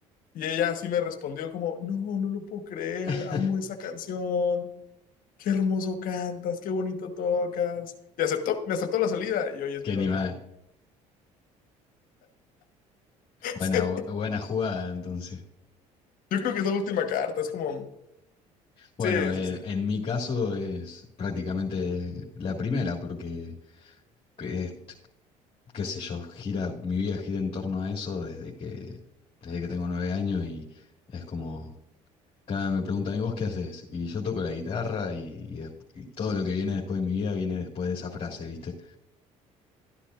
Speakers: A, on the left; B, on the left.
A: y ella así me respondió como, no, no lo puedo creer,
B: <laughs>
A: amo esa canción. qué hermoso cantas, qué bonito tocas. Y aceptó, me aceptó la salida y hoy es
B: Qué
A: mi novia.
B: animal.
A: <laughs>
B: Buena,
A: Sí.
B: buena jugada, entonces.
A: Yo creo que es la última carta, es como,
B: Bueno,
A: sí,
B: eh,
A: sí, sí.
B: en mi caso es prácticamente la primera, porque, que- qué sé yo, gira, mi vida gira en torno a eso desde que, desde que tengo nueve años y es como, cada vez me preguntan, ¿y vos qué haces? Y yo toco la guitarra y, y des- y todo lo que viene después de mi vida viene después de esa frase, ¿viste?